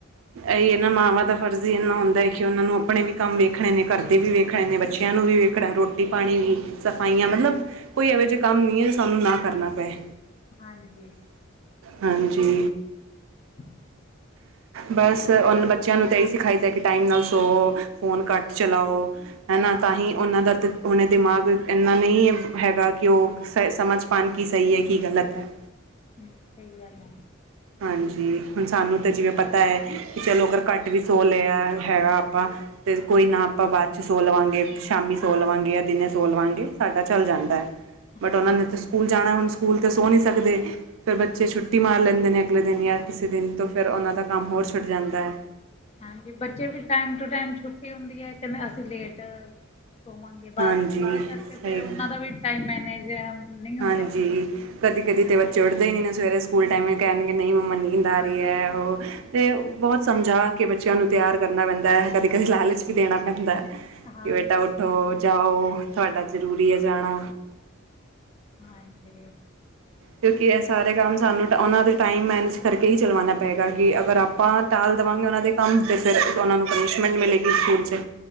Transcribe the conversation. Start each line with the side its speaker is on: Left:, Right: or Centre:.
Right: ਇਹੀ ਇ ਨਾ ਮਾਵਾਂ ਦਾ ਫਰਜ਼ ਹੀ ਇੰਨਾ ਹੁੰਦਾ ਹੈ, ਕਿ ਉਹਨਾਂ ਨੂੰ ਆਪਣੇ ਵੀ ਕੰਮ ਵੇਖਣੇ ਨੇ, ਘਰਦੇ ਵੀ ਵੇਖਣੇ ਨੇ ਬੱਚਿਆਂ ਨੂੰ ਵੀ ਵੇਖ ਰੱਖੜ ਰੋਟੀ ਪਾਣੀ ਵੀ ਸਫਾਈਆਂ ਮਤਲਬ, ਕੋਈ ਇਹੋ ਜਿਹੇ ਕੰਮ ਨਹੀਂ ਹੈ ਜੋ ਸਾਨੂੰ ਨਾ ਕਰਨਾ ਪਏ।
Left: ਹਾਂਜੀ
Right: ਹਾਂਜੀ
Left: ਠੀਕ।
Right: ਬਸ ਉਹਨ ਬੱਚਿਆਂ ਨੂੰ ਤਾਂ ਇਹੀ ਸਿਖਾਈਦਾ, ਕਿ ਟਾਈਮ ਨਾਲ ਸੋਵੋ ਫੋਨ ਘੱਟ ਚਲਾਓ ਹੈ ਨਾ ਤਾਂ ਹੀ ਉਹਨਾਂ ਦਾ ਹੁਣੇ, ਦਿਮਾਗ ਇੰਨਾ ਨਹੀਂ ਹੈਗਾ ਕਿ ਉਹ ਸਮਝ ਪਾਉਣ ਕੀ ਸਹੀ ਹੈ, ਕੀ ਗਲਤ ਹੈ।
Left: ਹਮ, ਸਹੀ ਗੱਲ ਹੈ।
Right: ਹਾਂਜੀ ਹੁਣ ਸਾਨੂੰ ਤਾਂ ਜਿਵੇਂ ਪਤਾ ਹੈ ਕਿ ਚਲੋ, ਅਗਰ ਘੱਟ ਵੀ ਸੌ ਲਿਆ ਹੈਗਾ ਆਪਾਂ ਅਤੇ ਕੋਈ ਨਾ ਆਪਾਂ ਬਾਅਦ 'ਚ ਸੋ ਲਵਾਂਗੇ, ਸ਼ਾਮੀ ਸੋ ਲਵਾਂਗੇ ਜਾਂ ਦਿਨੇ ਸੋ ਲਵਾਂਗੇ ਸਾਡਾ ਚੱਲ ਜਾਂਦਾ ਹੈ। ਬਟ
Left: ਹਾਂ
Right: ਉਹਨਾਂ ਨੇ ਤਾਂ ਸਕੂਲ ਜਾਣਾ ਹੁਣ ਸਕੂਲ ਤੇ ਸੋ ਨਹੀਂ ਸਕਦੇ, ਫਿਰ ਬੱਚੇ ਛੁੱਟੀ ਮਾਰ ਲੈਂਦੇ ਨੇ ਅਗਲੇ ਦਿਨ ਯਾ ਕਿਸੇ ਦਿਨ ਤੋਂ ਫਿਰ ਉਹਨਾਂ ਦਾ ਕੰਮ ਹੋਰ ਛੁੱਟ ਜਾਂਦਾ ਹੈ।
Left: ਹਾਂਜੀ, ਬੱਚੇ ਵੀ ਟਾਈਮ ਟੂ ਟਾਈਮ ਛੁੱਟੀ ਹੁੰਦੀ ਓ, ਕੈਂਦੇ ਅਸੀ ਲੇਟ ਸੋਵਾਂਗੇ ਬਸ,
Right: ਹਾਂਜੀ
Left: ਓਦੇ ਕਾਰਕੇ ਫੇਰ
Right: ਸਹੀ ਗੱਲ
Left: ਓਨਾਂ ਦਾ ਵੀ ਟਾਈਮ ਮੈਨੇਜ ਨਹੀਂ ਹੁੰਦਾ।
Right: ਹਾਂਜੀ। ਕਦੀ, ਕਦੀ ਤੇ ਬੱਚੇ ਉੱਠਦੇ ਈ ਨਈ, ਨਾ ਸਵੇਰੇ ਸਕੂਲ ਟਾਈਮ ਕੈਨਗੇ ਨਈ ਮੰਮਾ ਨੀਂਦ ਆ ਰਿਐ, ਓ ਤੇ ਬੋਤ ਸਮਝਾ ਕੇ ਬੱਚਯਾਂ ਨੂੰ ਤਯਾਰ ਕਰਨਾ ਪੈਂਦੈ। ਕਦੀ, ਕਦੇ ਲਾਲਚ ਵੀ ਦੇਨਾ ਪੈਂਦੈ।
Left: ਹਾਂਜੀ
Right: ਕਿ ਬੇਟਾ ਉਠੋ, ਜਾਓ, ਥੋਆਡਾ ਜ਼ਰੂਰੀ ਏ ਜਾਨਾ।
Left: ਹਾਂਜੀ।
Right: ਕਿਉਂਕਿ ਸਾਰੇ ਕੰਮ ਸਾਨੂੰ ਓਨਾਂ ਦੇ ਟਾਈਮ ਮੈਨੇਜ ਕਾਰਕੇ ਈ ਚਲਵਾਨਾ ਪਏਗਾ, ਕਿ ਅਗਰ ਆਪ ਆਪਾ ਟਾਲ ਦੇਵਾਂਗੇ ਓਨਾਂ ਦੇ ਕੰਮ, ਤੇ ਫੇਰ ਓਨਾਂ ਨੂੰ ਪਨੀਸ਼ਮੈਂਟ ਮਿਲੇਗੀ ਸਕੂਲ ਚ।